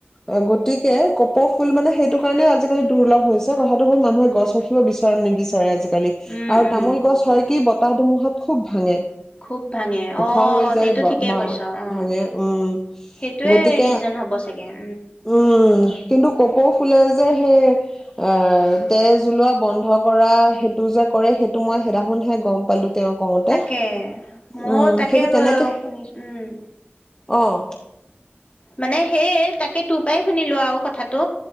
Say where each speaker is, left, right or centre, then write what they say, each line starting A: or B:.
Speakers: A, on the left (about 15°); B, on the left (about 35°).
A: অ গতিকে কপ ফুল মানে সেইটো কাৰণেও আজিকালি দুৰ্লভ হৈছে কথাটো হ'ল মানুহে গছ ৰাখিব বিচাৰে নিবিচাৰে আজিকালি
B: উম
A: আৰু
B: উম
A: তামোল গছ হয় কি বতাহ ধুমুহাত খুব ভাঙে।
B: খুব ভাঙে
A: ওখ
B: অ'
A: হৈ যায়
B: সেইটো
A: বা
B: ঠিকেই কৈছ অ'।
A: ভাঙে উম
B: সেইটোয়ে
A: গতিকে
B: ৰিজন হব‌ চাগে। <inaudible>
A: উম কিন্তু কপৌ ফুলে যে সেই আহ তেজ ওলোৱা বন্ধ কৰা টো যে কৰে সেইটো মই সেইনাখন হে গম পালো। তেওঁ কওঁতে
B: তাকে ময়
A: উম
B: তাকে
A: সেইটো কেনেকে
B: শুনিছো উম
A: অ'।
B: মানে সেইয়ে, তাকে তোৰ পাই শুনিলো আৰু কথাটো।